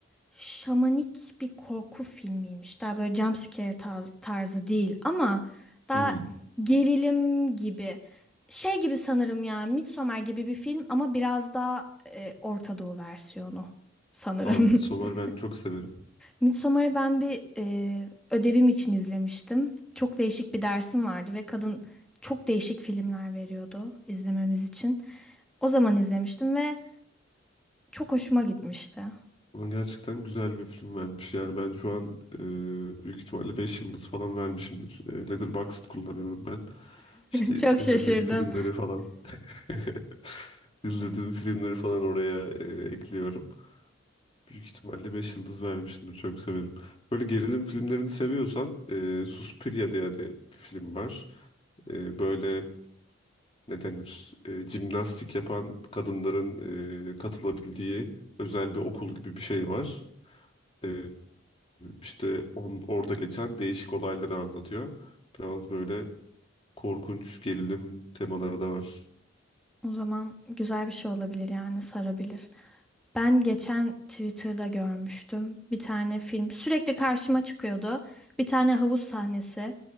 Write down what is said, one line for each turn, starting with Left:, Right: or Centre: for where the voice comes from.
Centre: şamanik bir korku filmiymiş. Daha böyle jump scare tarz- tarzı değil ama daha
Left: Hmm.
Centre: gerilim gibi. Şey gibi sanırım ya Midsommar gibi bir film ama biraz daha e, Orta Doğu versiyonu sanırım.
Left: Aa, Midsommar
Centre: <laughs>
Left: ben çok severim.
Centre: Midsommar'ı ben bir e, ödevim için izlemiştim. Çok değişik bir dersim vardı ve kadın çok değişik filmler veriyordu izlememiz için. O zaman izlemiştim ve çok hoşuma gitmişti.
Left: Ona gerçekten güzel bir film vermiş. Yani ben şu an e, büyük ihtimalle 5 yıldız falan vermişimdir. E, Letterboxd kullanıyorum ben. İşte
Centre: <laughs> Çok
Left: izlediğim
Centre: şaşırdım.
Left: filmleri falan <laughs> izlediğim filmleri falan oraya e, ekliyorum. Büyük ihtimalle 5 yıldız vermişimdir. Çok severim. Böyle gerilim filmlerini seviyorsan e, Suspiria diye de bir film var. E, böyle ne denir? E, jimnastik yapan kadınların e, katılabildiği özel bir okul gibi bir şey var. Ee, işte on, orada geçen değişik olayları anlatıyor. Biraz böyle korkunç gerilim temaları da var.
Centre: O zaman güzel bir şey olabilir yani sarabilir. Ben geçen Twitter'da görmüştüm bir tane film. Sürekli karşıma çıkıyordu. Bir tane havuz sahnesi.